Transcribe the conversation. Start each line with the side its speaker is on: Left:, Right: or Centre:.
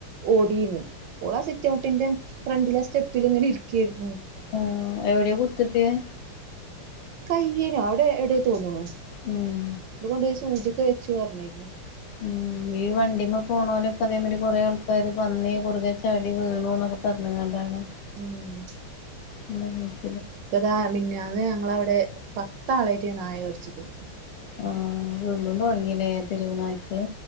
Right: ഓടുന്നത് ഓളാ സീറ്റ് ഔട്ടിന്റെ ഫ്രണ്ടിലെ സ്റ്റെപ്പിൽ ഇങ്ങനെ ഇരിക്കായിരുന്നു
Left: ആഹ് എവിടെയാ കുത്ത് കിട്ടിയേ
Right: കയ്യില് അവിടെ എവിടെയ തോനാണ്
Left: ഉം
Right: ഇത്ുകൊണ്ട് സൂചയൊക്കെ വെച്ചു പറഞ്ഞിരുന്നു ഉ
Left: ഉം ഈ വണ്ടിമ്മ പോണ പോലൊക്കെ അതേമാതിരി കുറെേ ആൾക്കാർ വന്നി കുറുകെ ചാടി വീണു എന്നൊക്കെ പറഞ്ഞത് കൊണ്ടാണ്
Right: ഉം
Left: <unintelligible>
Right: ഇപ്പതാ നിന്നന്ന് ഞങ്ങളവിടെ പത്താളായിട്ട് നായ കടിച്ച്ക്ക്ൺ
Left: ആഹ് വീണ്ടും തൊടങ്ങീണ് തെരുവ് നായ്ക്കൾ.